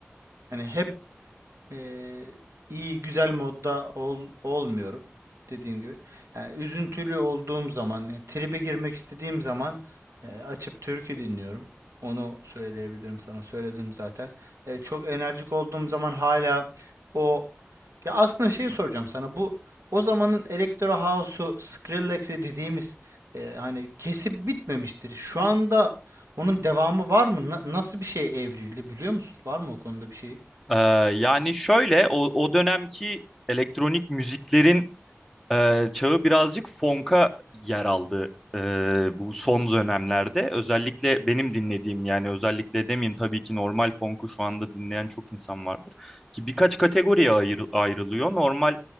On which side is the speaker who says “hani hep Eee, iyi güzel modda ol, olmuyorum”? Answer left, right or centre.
Right